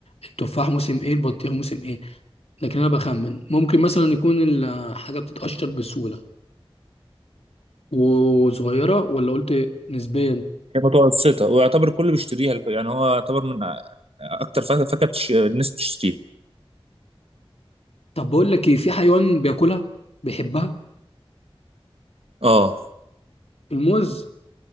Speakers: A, on the left; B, on the right.
A: التفاح موسم ايه البطيخ موسم ايه لكن انا بخمن ممكن مثلا يكون الحاجه بتتقشر بسهوله وصغيره ولا قلت نسبيا
B: هي متوسطة ويعتبر كله بيشتريها يعني هو يعتبر من أ- أكتر فاكهة فاكهة بتش- الناس بتشتريها
A: طب بقول لك ايه في حيوان بياكلها بيحبها
B: اه
A: الموز